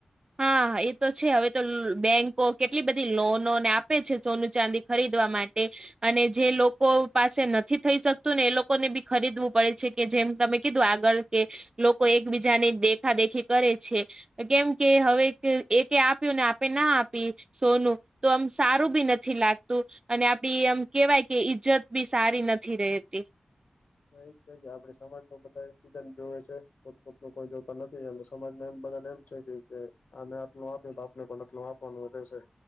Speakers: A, on the right; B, on the left.
A: હાા એ તો છે હવે તો બેંકો કેટલી બધી લોનોને આપે છે સોનું ચાંદી ખરીદવા માટે. અને જે લોકો પાસે નથી થઈ શકતું ને એ લોકોને બી ખરીદવું પડે છે. કે જેમ તમે કીધું આગળ કે લોકો એકબીજાની દેખા દેખી કરે છે કેમ કે હવે એક આપ્યું ને આપે ના આપી. સોનું તો આમ સારું બી નથી લાગતું. અને આપડી એમ કેવાય કે ઈજ્જત બી સારી નથી રહેતી.
B: એ જ છે કે આપડે સજમાં બધા એક બીજ જોઈએ છે પોતપત ન કોઈ જોતા નથી સમાજમાં એમ બધાનેમ કે જે આમે આટલું આપ્યું બાપને પણ આટલું આપવાનું વધેશે